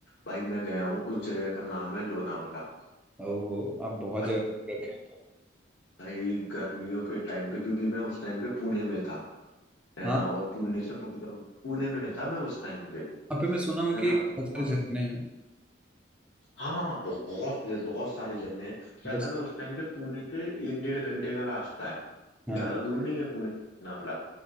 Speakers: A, on the left; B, in the centre.
A: भाई मैं गया हूँ उस जगह का नाम है लोनावाला
B: हो आप बहुत
A: भाई
B: जगह रखे हैं
A: भाई गर्मियों के टाइम पे क्योंकि मैं उस टाइम पे पुणे में था है
B: हाँ
A: ना और पुणे से पुणे में था मैं उस टाइम पे
B: वहाँ पे मैं सुना हूँ
A: है ना
B: कि
A: कुछ-
B: बहुत सारे झरने
A: हाँ बहुत बहुत सारे झरने हैं क्या
B: हैं
A: था मैं उस टाइम पे पुणे से एक डेढ़ घंटे का रास्ता है
B: हाँ
A: ज्यादा दूर नहीं है पुणे से लोनावला